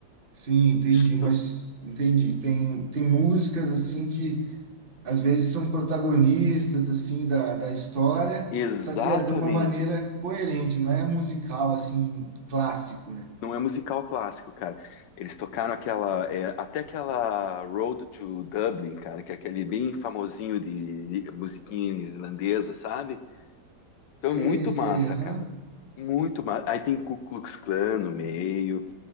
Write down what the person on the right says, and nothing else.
Sim, entendi,
mas entendi. Tem, tem músicas assim que às vezes são protagonistas assim da, da história,
só que é de uma maneira coerente, não é musical assim clássico, né?
Sei,
sei,
aham.